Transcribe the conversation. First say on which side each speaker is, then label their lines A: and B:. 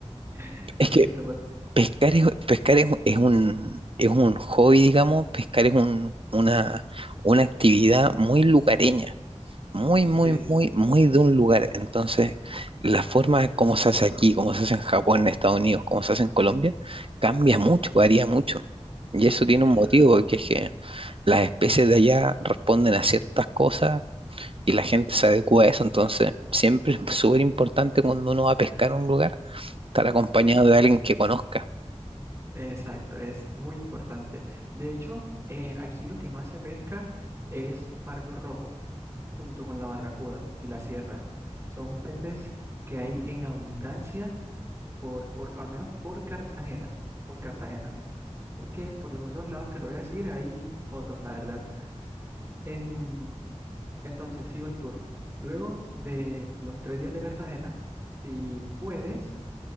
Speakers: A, on the right; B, on the right.
A: <laughs> Lo
B: Es
A: siento,
B: que
A: pa-
B: Pescar es, pescar es, es un, es un hobby, digamos, pescar es un- una, una actividad muy lugareña, muy, muy,
A: sí,
B: muy, muy de un lugar. Entonces, la forma como se hace aquí, como se hace en Japón, en Estados Unidos, como se hace en Colombia, cambia mucho, varía mucho. Y eso tiene
A: sí,
B: un motivo,
A: sa-
B: que es que las especies de allá responden a ciertas cosas y la gente se adecua a eso. Entonces, siempre es súper importante cuando uno va a pescar a un lugar, estar acompañado
A: sí.
B: de alguien que conozca.
A: Exacto, es muy importante. De hecho, eh, aquí lo que más se pesca es pargo rojo, junto con la barracuda y la sierra. Son peces que hay en abundancia, por, por, al menos por Cartagena, por Cartagena. Porque por los otros lados que te voy a decir, hay otros, la verdad. Em, entonces, sigo el tour. Luego de los tres días de Cartagena, si puedes,